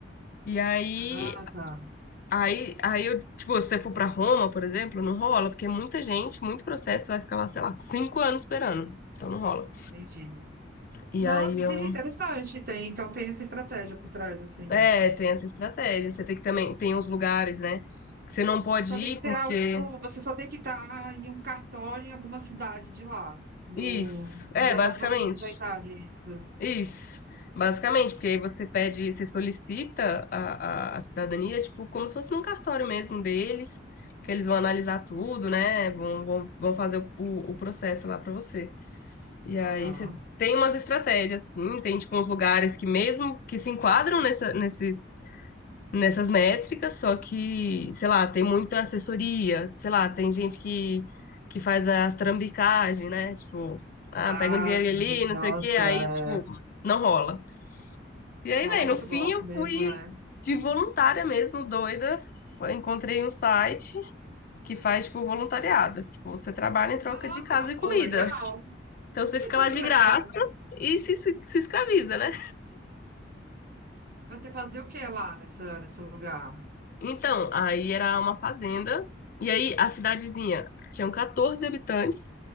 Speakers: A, on the left; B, on the right.
A: E aí
B: Ah, tá.
A: Aí, aí eu, tipo, se você for pra Roma, por exemplo, não rola, porque é muita gente, muito processo, você vai ficar lá, sei lá, cinco anos esperando. Então não rola.
B: Entendi.
A: E
B: Nossa,
A: aí
B: entendi.
A: eu.
B: Interessante. Tem, então tem essa estratégia por trás, assim.
A: É, tem essa estratégia. Você tem que também. Tem uns lugares, né? Que você não pode
B: Você só tem
A: ir
B: que ter,
A: porque.
B: ah, tipo, você só tem que estar em um cartório em alguma cidade de lá, no,
A: Isso. É,
B: de alguma
A: basicamente.
B: província da Itália, é isso.
A: Isso. Basicamente, porque aí você pede, você solicita a, a, a cidadania, tipo, como se fosse num cartório mesmo deles, que eles vão analisar tudo, né? Vão, vão, vão fazer o, o o processo lá pra você. E aí
B: Aham.
A: você tem umas estratégias, assim tem tipo uns lugares que mesmo que se enquadram nessa, nesses, nessas métricas, só que, sei lá, tem muita assessoria, sei lá, tem gente que, que faz as trambicagens, né? Tipo, ah,
B: Ah,
A: pega um dinheiro
B: sim,
A: ali, não
B: nossa,
A: sei o quê, aí,
B: é,
A: tipo, não rola. E aí,
B: rola
A: velho,
B: muito
A: no fim
B: golpe
A: eu
B: mesmo,
A: fui
B: né?
A: de voluntária mesmo, doida. Foi- Encontrei um site que faz, tipo, voluntariado. Tipo, você trabalha em troca
B: Nossa,
A: de casa
B: mas,
A: e comida.
B: pô, legal,
A: Então você
B: <laughs>
A: fica lá de
B: legal.
A: graça e se, se, se escraviza, né?
B: Mas você fazia o que lá nessa, nesse lugar?
A: Então, aí era uma fazenda. E aí a cidadezinha tinha 14 habitantes,